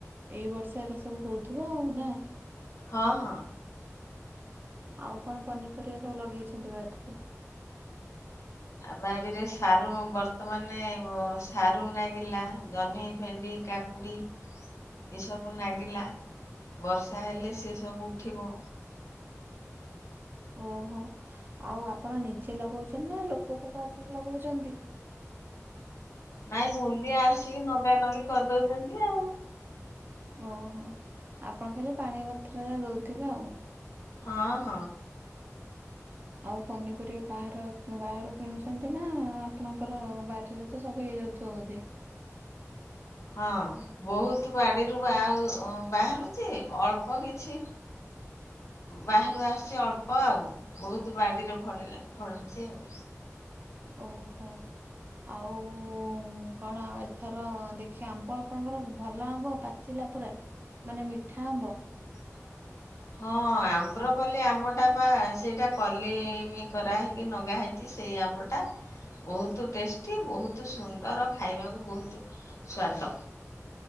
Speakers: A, on the right; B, on the left.
A: ଏଇ ବର୍ଷ ଏରା ସବୁ ହଉଥିବ ଆଉ ନାଁ।
B: ହଁ ହଁ।
A: ଆଉ କଣ ପନିପରିବା ସବୁ ଲଗେଇଛନ୍ତି ବାଡିରେ।
B: ଆ ବାଡିରେ ସାରୁ ବର୍ତ୍ତମାନେ ସାରୁ ଲାଗିଲା ଜହ୍ନି ଭେଣ୍ଡି କା। କାକୁଡ଼ି ଏସବୁ ନାଗିଲା ବର୍ଷା ହେଲେ ସେ ସବୁ ଉଠିବ।
A: ଓହୋ ଆଉ ଆପଣ ନିଜେ ଲଗଉଚନ୍ତି ନାଁ ଲୋକ ଫୋକ ଆସିକି ଲଗଉଚନ୍ତି।
B: ନାଇଁ ମୁଲିଆ ଆସିକି ନଗା ନଗି କରିଦଉଚନ୍ତି ଆଉ।
A: ଓହୋ ଆପଣ ଖାଲି ପାଣିପତ୍ରଟା ଦେଉଥିବେ ଆଉ।
B: ହଁ ହଁ।
A: ଆଉ ପନିପରିବା ବାହାର ବାହାରୁ କିଣୁଚନ୍ତି ନାଁ ଆପଣଙ୍କର ବାରିରେ ତ ସବୁ ହେଇଯାଉ ତୋ ବୋଦେ। <inaudible>
B: ହଁ। ବହୁତ୍ ବାଡିରୁ ବା ଉଁ ବାହାରୁଛି ଅଳ୍ପ କିଛି ବାହାରୁ ଆସୁଛି ଅଳ୍ପ ଆଉ ବହୁତ୍ ବାଡିରେ ଫଳିଲା ଫଳୁଛି ଆଉ।
A: ଓହୋ। ଆଉ କଣ ଏଥର ଦେଖିବା ଆମ୍ବ ଆପଣଙ୍କର ଭଲ ଆମ୍ବ ପା ପାଚିଲା ପୁରା ମାନେ ମିଠା ଆମ୍ବ?
B: <inaudible> ହଁ ଆମରପଲି ଆମ୍ବଟା ବା ସେଇଟା କଲିମି କରାହେଇକି ନଗା ହେଇଛି। ସେଇ ଆମ୍ବଟା ବହୁତ ଟେଷ୍ଟି ବହୁତ ସୁନ୍ଦର ଖାଇବାକୁ ବହୁତ ସ୍ୱାଦ।